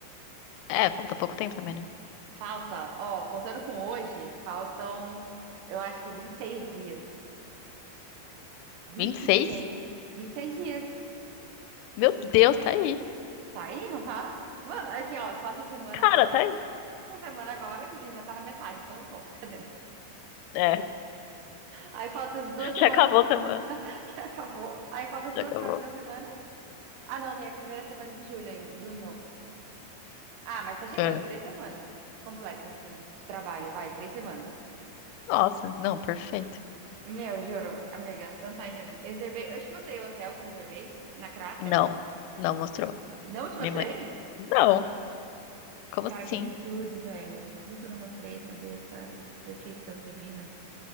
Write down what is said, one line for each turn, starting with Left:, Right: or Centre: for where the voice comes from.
Left: É, falta pouco tempo também, né?
Right: Falta, ó, contando com hoje, faltam, eu acho que 26 dias. Vinte vinte
Left: Vinte e seis?
Right: e seis, vinte e seis dias.
Left: Meu Deus, tá aí.
Right: Tá aí, não tá? Mano, aqui, ó, só essa semana
Left: Cara,
Right: agora.
Left: tá aí.
Right: Essa semana agora, que a gente já tá na metade, então não conto. <laughs> Cadê?
Left: É,
Right: Aí faltam as duas semanas
Left: já acabou a semana.
Right: <laughs> que acabou. Aí faltam as
Left: Já
Right: duas
Left: acabou.
Right: próximas semanas. Ah, não, tem a primeira semana de julho ainda, junho. Ah, mas tá chegando,
Left: É.
Right: três semanas completas, assim, de de trabalho, vai, três semanas.
Left: Nossa, não, perfeito.
Right: Meu, juro, amiga, você não tá entendendo. Eu reservei, eu te mostrei o hotel que eu reservei na Croácia.
Left: Não, não mostrou.
Right: Não te
Left: Minha
Right: mostrei?
Left: mãe. Não, como
Right: Cara,
Left: assim?
Right: que absurdo, velho. Como que eu não mostrei saber essa perfeição divina?